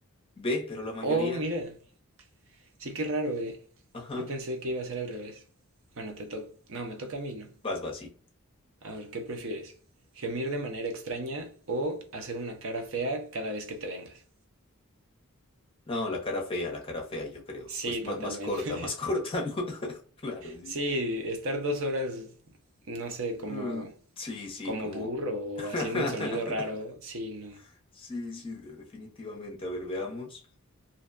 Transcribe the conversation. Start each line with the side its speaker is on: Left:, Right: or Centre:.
Left: Ve, pero la mayoría,
Right: Oh, mira. Sí, qué raro, eh.
Left: ajá,
Right: Yo pensé que iba a ser al revés. Bueno, te toca. No, me toca a mí, ¿no?
Left: vas, vas, sí.
Right: A ver, ¿qué prefieres? ¿Gemir de manera extraña o hacer una cara fea cada vez que te vengas?
Left: No, la cara fea, la cara fea, yo creo.
Right: Sí,
Left: Pues más,
Right: totalmente.
Left: más corta, más <laughs> corta, ¿no? <laughs> Claro, sí.
Right: Sí, estar dos horas, no sé,
Left: Mm,
Right: como,
Left: Sí, sí,
Right: como
Left: como...
Right: burro o
Left: <laughs>
Right: haciendo un sonido raro, sí, no.
Left: Sí, sí, de- definitivamente. A ver, veamos.